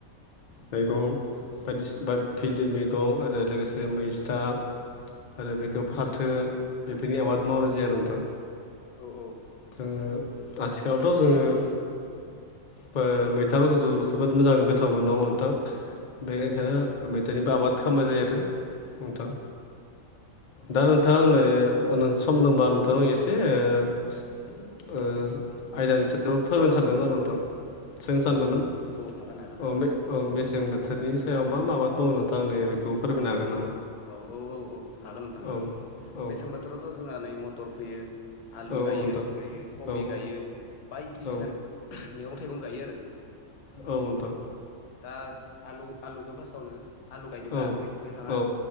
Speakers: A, on the left; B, on the left.
A: मैगं बायदिसिना फिन्डि मैगं आरो लोगोसे जै मैस्था आरो बेखौ फाथो बेफोरनि आबाद मावनाय जायो नोंथां।
B: औ औ
A: जोङो आथिखालावथ' जोङो
B: <inaudible>
A: बो मैथाफोरखौथ' जोबोद मोजां गोथावबो मोनो नङा होमबा नोंथां बे ओंखायनो मैथानिबो आबाद खालामनाय जायो आरो नोंथां। दा नोंथाङा आंनो सम दंबा नोंथांनाव एसे ओ आयदानि सायाव फोरमायनो सानदोंमोन आरो नोंथां सोंनो सानदोंमोन
B: औ हागोन हागोन
A: अ
B: हागोन
A: मे औ मेसें बोथोरनि सायाव मा मा आबाद मावो नोंथांङा आंनो बेखौ एसे फोरमायनो हागोन नामा?
B: औ औ औ औ हागोन नोंथां
A: औ
B: हागोन
A: औ
B: मेसें बोथोरावथ' जोंहा नै मटर फोयो। आलु
A: औ
B: गायो
A: नोंथां
B: कबि
A: औ
B: गायो बायदिसिना
A: औ
B: मैगं थाइगं गायो आरो जोंफोर।
A: औ नोंथां।
B: दा आलु आलुखौ फार्स्टावनो आलु गायनोब्रा
A: औ
B: नोंथाङा
A: औ